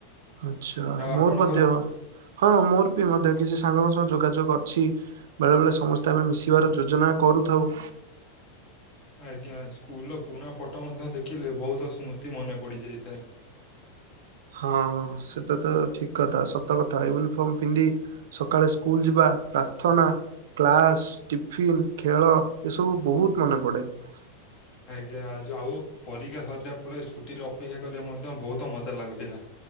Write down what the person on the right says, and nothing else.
ଆଛା
ମୋର
ମଧ୍ୟ ହଁ ମୋର ବି ମଧ୍ୟ କିଛି ସାଙ୍ଗଙ୍କ ସହ ଯୋଗାଯୋଗ ଅଛି ବେଳେ ବେଳେ ସମସ୍ତେ ଆମେ ମିଶିବାର ଯୋଜନା କରୁଥାଉ।
<unintelligible> ହଁ ସେଟା ତ ଠିକ କଥା ସତ କଥା ୟୁନିଫର୍ମ ପିନ୍ଧି ସକାଳେ ସ୍କୁଲ ଯିବା ପ୍ରାର୍ଥନା, କ୍ଲାସ, ଟିଫନ୍, ଖେଳ ଏସବୁ ବହୁତ ମନେ ପଡେ। ହ <unintelligible>